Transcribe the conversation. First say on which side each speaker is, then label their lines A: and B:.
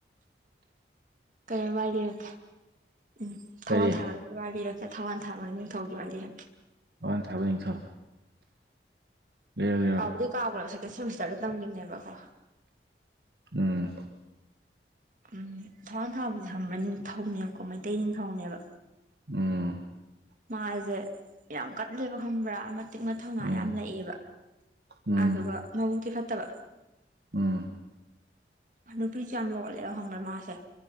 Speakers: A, on the right (about 45°); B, on the right (about 65°).
A: <unintelligible> ꯂꯤꯔꯛꯀꯦ ꯎꯝ ꯊꯋꯥꯟ
B: ꯀꯔꯤ
A: ꯊꯥꯕ ꯋꯥꯔꯤ ꯂꯤꯔꯛꯀꯦ ꯊꯧꯋꯥꯟ ꯊꯥꯕ ꯅꯤꯡꯊꯧꯒꯤ ꯋꯥꯔꯤ ꯂꯤꯔꯛꯀꯦ
B: ꯊꯧꯋꯥꯟ ꯊꯥꯕ ꯅꯤꯡꯊꯧ ꯂꯤꯔꯣ ꯂꯤꯔꯣ
A: ꯀꯥꯎꯕꯨꯗꯤ ꯀꯥꯎꯒ꯭ꯔꯦꯕ ꯁꯦꯀꯦꯟ ꯁꯦꯃꯤꯁꯇꯔꯗ ꯇꯝꯒꯤꯝꯅꯦꯕꯀꯣ
B: ꯎꯝ
A: ꯎꯝ ꯊꯧꯋꯥꯟ ꯊꯥꯕꯖꯦ ꯈꯪꯕ꯭ꯔ ꯅꯤꯡꯊꯧꯅꯦꯕꯀꯣ ꯃꯩꯇꯩ ꯅꯤꯡꯊꯧꯅꯦꯕ
B: ꯎꯝ
A: ꯃꯥꯖꯦ ꯌꯥꯝ ꯀꯟꯂꯦꯕ ꯈꯪꯕ꯭ꯔ ꯑꯃ ꯃꯇꯤꯛ ꯃꯊꯧꯅꯥ
B: ꯎꯝ
A: ꯌꯥꯝ ꯂꯩꯕ
B: ꯎꯝ
A: ꯑꯗꯨꯗꯨꯒ ꯃꯕꯨꯛꯇꯤ ꯐꯠꯇꯕ
B: ꯎꯝ
A: ꯅꯨꯄꯤꯁꯨ ꯌꯥꯝ ꯂꯣꯜꯂꯦꯕ ꯈꯪꯕ꯭ꯔ ꯃꯥꯁꯦ